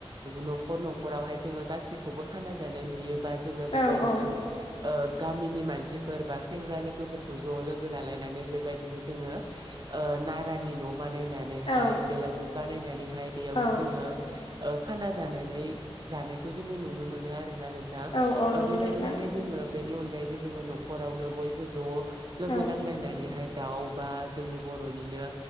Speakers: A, on the right; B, on the left.
A: न'खर न'खरावहाय जोङो गासैखौबो खाना जानाय नु नुयोबा जोङो
B: औ
A: बेबायदिनो
B: औ
A: गामिनि मानसिफोर बा सेंग्रा लोगोफोरखौ ज' लोगो लालायनानै बेबायदिनो जोङो नारानि न' बानायनानैहाय
B: औ
A: बेलागुर बानायनानैहाय बेयावनो
B: औ
A: जोङो खाना जानाय जानायखौ जोङो नुनो मोनो आरो ना नोंथां
B: औ औ
A: ओ
B: नंगौ
A: बेबायदिनोहाय
B: नोंथां
A: जोङो बेनि अनगायैबो जोङो न'खरावनो बयबो ज' लोगो
B: औ
A: नांलायनानैहाय दाउ बा जोंनि बर'निनो